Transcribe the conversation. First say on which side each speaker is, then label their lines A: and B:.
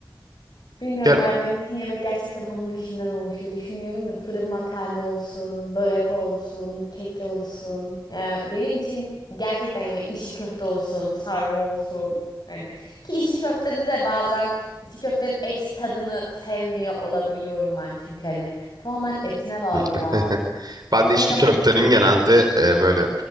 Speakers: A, on the left (about 60°); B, on the right (about 60°).
A: Bilmiyorum
B: Gel.
A: ya benim için yemek gerçekten hamur işinden oluşuyor. Düşünüyorum da fırın makarna olsun, börek olsun, kek olsun. Ee, benim için gerçekten yemek içli köfte olsun, sarma olsun. Hani ki içli köftede de bazen içli köftenin et tadını sevmiyor olabiliyorum ben çünkü hani tamamen etine bağlı
B: <laughs>
A: ya.
B: Ben de
A: Gerçekten
B: içli köftenin
A: benim için hamur
B: genelde
A: işi.
B: e, böyle